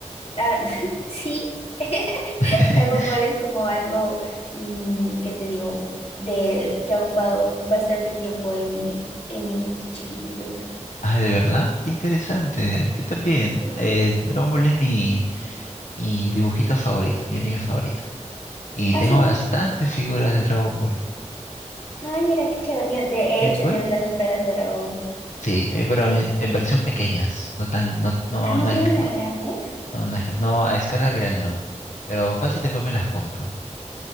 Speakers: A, on the left (about 55°); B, on the left (about 75°).
A: ah, <laughs> sí. <laughs>
B: <laughs>
A: Dragon Ball es como algo mm, que te digo, de que ha ocupado bastante tiempo en mi, en mi chiquititud.
B: Ah, ¿de verdad? Qué interesante. Yo también.
A: Sí,
B: Eh,
A: sí.
B: Dragon Ball es mi, mi dibujito favorito, mi anime favorito. Y
A: Así.
B: tengo bastantes figuras de Dragon Ball.
A: Ay, mira qué chévere. Tien- De
B: ¿Sí
A: hecho,
B: fue?
A: tienes las esferas de dragón.
B: Sí, eh, pero en, en versión pequeñas, no tan, no, no,
A: Ah, ¿no
B: no
A: tienes
B: es,
A: las
B: no-
A: grandes?
B: No, no, es no, a escala real no. Pero fácil después me las compro.